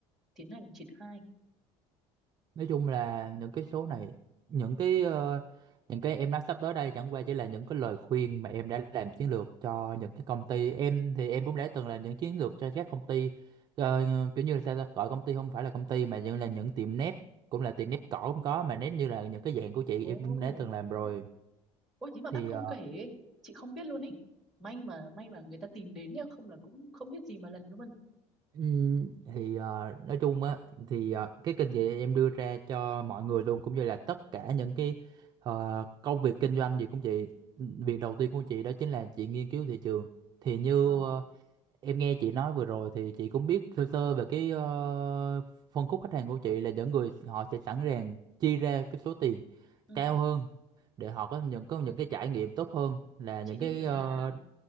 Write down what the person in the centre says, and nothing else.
tiến hành triển khai
ồ
ôi thế mà
bác không
kể chị không biết luôn ý may mà may mà người ta tìm đến nhá không là cũng không biết gì mà lần luôn
ờ
ừ.
chị
định
là